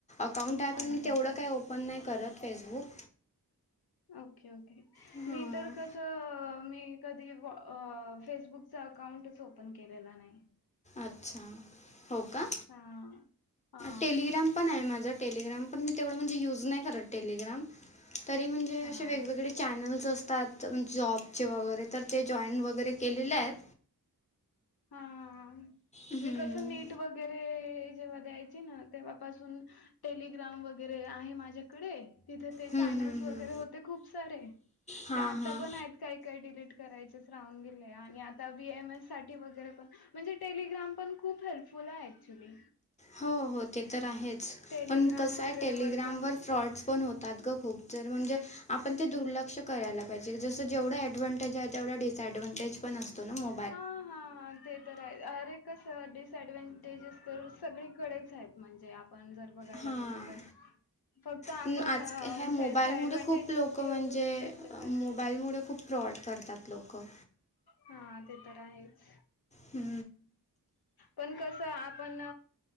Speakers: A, on the left; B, on the left.
A: अकाउंट आहे पण
B: अच्छा
A: मी तेवढं
B: अच्छा
A: काय ओपन नाही करत फेसबुक
B: ओके ओके
A: हां
B: मी तर कसं मी कधी फेसबुकचा अकाउंटच ओपन केलेला नाही
A: अच्छा हो का
B: हा हा
A: टेलिग्राम पण आहे माझ टेलिग्राम पण मी तेवढ म्हणजे युज नाही करत टेलिग्राम तरी म्हण जे
B: हा
A: असे वेगवेगळे चॅनल्स असतात जॉबचे वगैरे तर ते जॉईन वगैरे केलेले आहेत
B: हा हा हा
A: हं.
B: मी कसं नीट वगैरे जेव्हा द्यायची ना तेव्हापासून टेलिग्राम वगैरे आहे माझ्याकडे तिथे ते
A: हं,
B: चॅनल्स
A: हं,
B: वगैरे
A: हं.
B: होते खूप सारे
A: हां,
B: ते आता
A: हां.
B: पण आहेत काही काही डिलीट करायचेच राहून गेले आणि आता बी एमएस साठी वगैरे पण म्हणजे टेलिग्राम पण खूप हेल्पफुल आहे ऍक्चुली
A: हो हो ते तर आहेच
B: टेलिग्राम
A: पण कसं
B: वगैरे
A: हाय टेलिग्रामवर
B: वर पण
A: फ्रॉडस पण हो तात ग खूप जर म्हणजे आपण ते दुर्लक्ष करायला पाहिजे जसं जेवढं ऐडवान्टेज आहे तेवढ डी डिसअडव्हांटेज पण असतोना म
B: हा हा ते तर अरे कसं डिसएडव्हनटेजेस तर सगळीकडेच आहेत म्हणजे आपण जर बघायला
A: हां.
B: गेलो तर फक्त आपण
A: पण आज ह्या मोबाईलमुळे
B: त्याचे ऍडव्हानटेजेस
A: खूप लोकं
B: घेऊ
A: म्हणजे
B: घेतले
A: अ,
B: पाहिजे
A: मोबाईलमुळे खूप फ्रॉड करतात लोकं
B: हा ते तर आहेच
A: हू
B: पण कसं आपण